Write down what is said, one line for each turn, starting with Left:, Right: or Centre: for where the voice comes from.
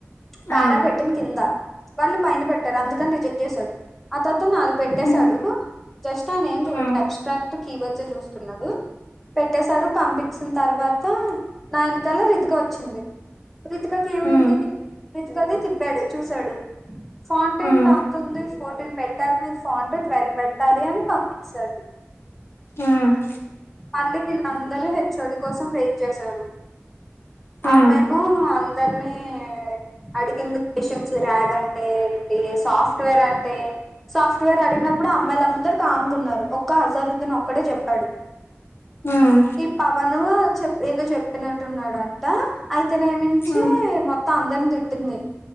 Centre: పారా
Left: అవును
Centre: పెట్టింది కింద వాళ్ళు పైన పెట్టారు అందుకని రిజెక్ట్ చేసాడు ఆ తర్వాత నాది పెట్టేశాడు
Left: ఉమ్,
Centre: జస్ట్ ఆయన ఏం చూడట్
Left: ఉమ్,
Centre: లేదు అబ్స్ట్రాక్ట్ కీవర్డ్స్ చూస్తున్నాడు పెట్టేసాడు పంపించిన తర్వాత నా యనకాల రితిక వచ్చింది రితికాకి ఏమైంది
Left: ఉమ్,
Centre: రితికాది తిప్పాడు చూశాడు ఫాంట్ టెంట్
Left: ఉమ్,
Centre: అంత ఉంది ఫోర్టీన్ పెట్టారు మీరు ఫాంట్ వెల్వేట్ పెట్టాలి అని పంపింసాడు
Left: హ్మ్
Centre: మళ్ళీ వీళ్ళందరూ హేచ్ ఓ డీ కోసం వెయిట్ చేశారు ఆ
Left: ఉమ్,
Centre: మేము అందర్నీ అడిగింది మెషిన్స్ ర్యాగ్ అంటే ఏంటి సాఫ్ట్వేర్ అంటే సాఫ్ట్వేర్ అడిగినప్పుడు అమ్మాయిలు అందరు కామ్గా ఉన్నారు ఒక్క హజారుద్దన్ ఒక్కడే చెప్పాడు
Left: ఉమ్,
Centre: ఈ పవను చె ఏదో చెప్పినట్టు ఉన్నాడంటా అయి తినగమించి
Left: ఉమ్,
Centre: మొత్తం అందరిని తిట్టింది